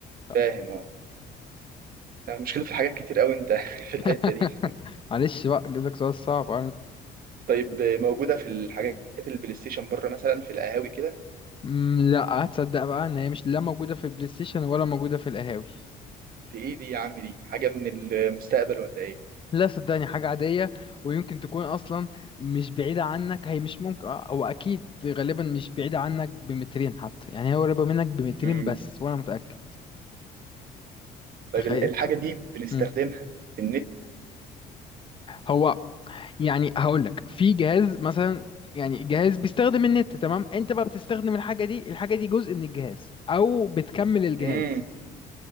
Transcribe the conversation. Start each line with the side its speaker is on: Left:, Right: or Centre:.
Left: لا
Right: فاهم المشكلة في حاجات كتير قوي انت <laughs> في
Left: <laughs>
Right: الحتة دي
Left: معلش بقى جيب لك سؤال صعب
Right: طيب موجودة في الحاجات البلاي ستيشن بره مثلا في القهاوي كده
Left: مم، لا هتصدق بقى ان هي مش لا موجوده في البلاي ستيشن ولا موجوده في القهاوي
Right: دي ايه دي يا عم دي حاجة من المستقبل ولا ايه
Left: لا صدقني حاجه عاديه ويمكن تكون اصلا مش بعيده عنك هي مش ممكن او اكيد غالبا مش بعيده عنك بمترين حتى يعني هي قريبه منك بمترين
Right: امم
Left: بس وانا متاكد
Right: طيب
Left: تخيل
Right: ال- الحاجة دي بنستخدمها
Left: مم.
Right: في النت
Left: هو يعني هقول لك في جهاز مثلا يعني جهاز بيستخدم النت تمام انت بقى بتستخدم الحاجه دي الحاجه دي جزء من الجهاز او بتكمل الجهاز
Right: امم